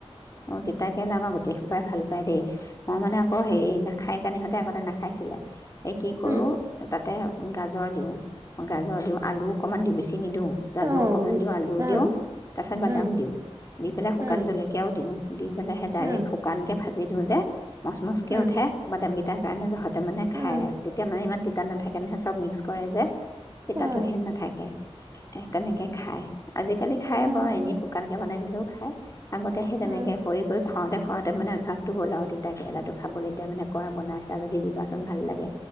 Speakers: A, on the left; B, on the right.
A: অঁ তিতাকেৰেলা আমাৰ গোটেই সোপাই ভাল পায় দেই মই মানে আকৌ হেৰি নাখাই কানে সিহঁতে আগতে নাখাইছিলে এই কি কৰোঁ
B: উম
A: তাতে গাজৰ দিওঁ গাজৰ দিওঁ আলু অকণমান দিওঁ বেছি নি নিদিওঁ গাজৰ
B: অ'
A: অকণমান দিওঁ আলু
B: উম
A: দিওঁ তাৰপিছত বাদাম
B: উম
A: দিওঁ দি পেলাই শুকান
B: উম
A: জলকীয়াও দিওঁ দি পেলাই সেই ডাইৰেক্ট
B: উম
A: শুকানকে ভাজি দিওঁ যে মচমচকৈ
B: উম
A: উঠে বাদামকেইটাক <unintelligible> যা হত মানে
B: উম
A: খাই আৰু তেতিয়া মানে ইমান তিত তা নাথাকে নহে চব মিক্স কৰে যে এ
B: উম
A: তাতো হেন নাথাকে এ তেনেকে খাই আজিকালি খায়
B: অ'
A: বৰ এনেই শুকানকে বনাই দিলেও খায় আগতে সেই তেনেকে
B: উম,
A: কৰি কৰি খুৱাওঁতে খুৱওঁতে মানে অভ্যাসটো হ'ল আৰু তিতাকেৰেলা টো খাবলৈ তেতিয়া মানে কয় বনাইছা যদি দিবা ভাল লাগে